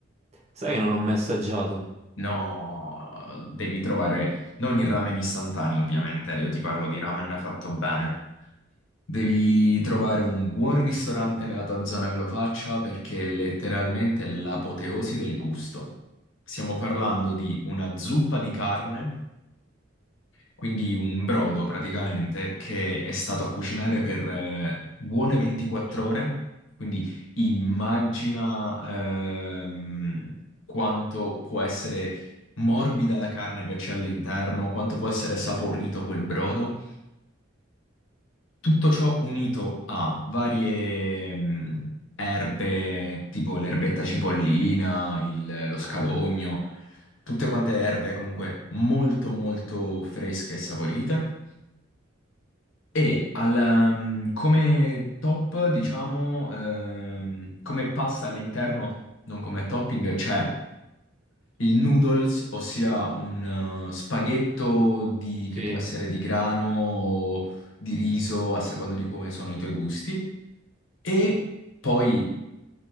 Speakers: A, on the right; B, on the left.
A: sai che non l'ho mai assaggiato.
B: No, devi trovare, non il ramen istantaneo, ovviamente, io ti parlo di ramen fatto bene. Devi trovare un buon ristorante nella tua zona che lo faccia perché è letteralmente l'apoteosi del gusto. Stiamo parlando di una zuppa di carne Quindi un brodo praticamente che è stato a cucinare per eh, buone 24 ore. Quindi immagina ehm, quanto può essere morbida la carne che c'è all'interno, quanto può essere saporito quel brodo. Tutto ciò unito a varie mh, erbe, tipo l'erbetta cipollina, il- lo scalogno, tutte quante erbe comunque molto molto fresche e saporite. E al, ehm, come top, diciamo, ehm, come pasta all'interno, non come topping, c'è il noodles, ossia un eh, spaghetto di-
A: Sì.
B: che può essere di grano o di riso, a seconda di come sono i tuoi gusti, e poi